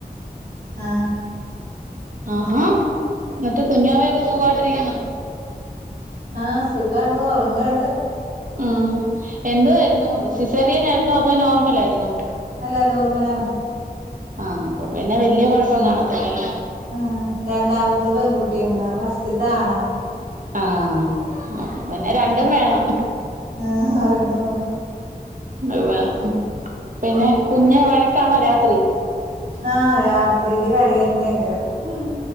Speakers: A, on the right (about 80°); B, on the right (about 55°).
A: ആ
B: ആആ എന്നട്ട് കുഞ്ഞാവയൊക്കെ സുഖായിട്ടിരിക്കുന്നൊ?
A: ആ സുഖാണ് ഉറങ്ങാണ്
B: ആ എന്തുവായിരുന്നു സിസേറിയൻ ആയിരുന്നോ അതോ നോർമൽ ആയിരുന്നോ?
A: അല്ല നോർമലാണ്.
B: ആ അപ്പ പിന്നെ വെല്ല്യ കൊഴപ്പം കാണത്തില്ലല്ലെ?
A: ആ രണ്ടാമത്തെ പെങ്കുട്ടിയാണ് ഫസ്റ്റത്തെ ആണാ.
B: ആ അപ്പ പിന്നെ രണ്ടും വേണം.
A: ആ അവരെണ്ട പോണ്
B: അത് വേണം പിന്നെ കുഞ്ഞ് വഴക്കാണോ രാത്രി?
A: ആഹ് രാത്രിയില് കരിയനക്കരം ഉം